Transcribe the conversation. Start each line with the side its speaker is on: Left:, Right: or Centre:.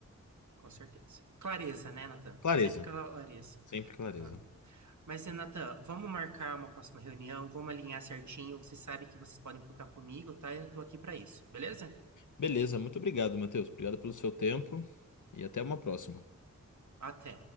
Right: Com certeza. Clareza, né, Natan?
Left: Clareza,
Right: Sempre clareza.
Left: sempre clareza.
Right: Aham. Mas, Renata, vamos marcar uma próxima reunião, vamos alinhar certinho. Você sabe que vocês podem contar comigo, tá? Eu tô aqui para isso, beleza?
Left: Beleza, muito obrigado, Matheus. Obrigado pelo seu tempo e até uma próxima.
Right: Até.